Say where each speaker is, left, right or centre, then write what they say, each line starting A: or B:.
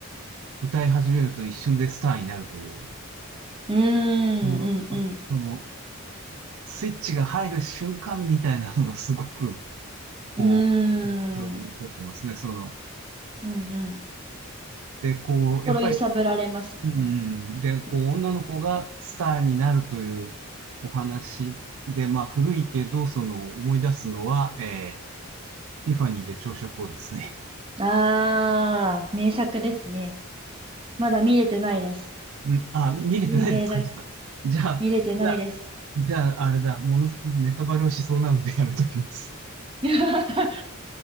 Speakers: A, on the right; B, on the right.
A: 歌い始めると一瞬でスターになるという、
B: うーんうんうん。
A: その、あその、スイッチが入る瞬間みたいなのがすごく、こ
B: うー
A: う、に残ってますね、
B: ん。
A: その。
B: うんうん。
A: で、こう、
B: 心揺さぶられますよね。
A: やっぱり、うんうん、で、こう、女の子がスターになるというお話で、
B: うんう
A: まあ、古いけど、その、思い出すのは、えー、ティファニーで朝食をですね。
B: ん。ああ、名作ですね。まだ見れてないです。
A: うんあ、見れてないですか
B: 有名だ。
A: じゃあ、
B: 見れてないです。
A: じゃあ、じゃあ、あれだ、もの、ネタバレをしそうなのでやめときます。
B: <laughs>